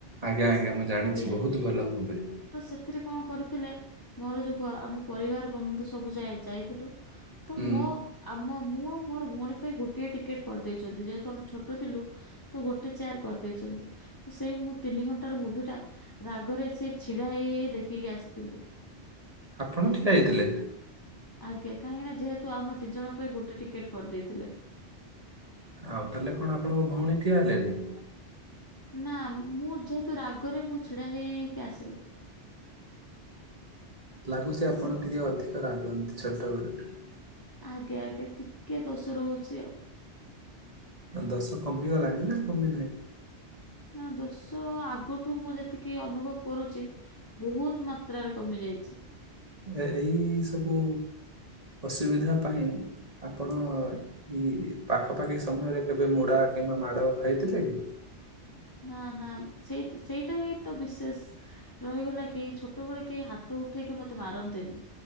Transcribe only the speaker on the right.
ଆଜ୍ଞା ଆଜ୍ଞା ମୁଁ ଜାଣିଛି
ବହୁତ ଭଲ ମୁଭି।
ହୁଁ
ଆପଣ
ଠିଆ ହେଇଥିଲେ
ଆଉ ତାହେଲେ କଣ ଆପଣଙ୍କ ଭଉଣୀ ଠିଆ ହେଲେନି?
ଲାଗୁଛି
ଆପଣ
ଟିକେ ଅଧିକ ରାଗନ୍ତି ଛୋଟବେଳଠୁ।
ଦେଶ କମିଗଲାଣି ନା କମି ନାହିଁ।
ଏଇ ସବୁ ଅସୁବିଧା ପାଇଁ ଆପଣ ଏଇ ପାଖାପାଖି ସମୟରେ କେବେ ମୁଡା କିମ୍ବା ମାଡ ଖାଇଥିଲେ କି?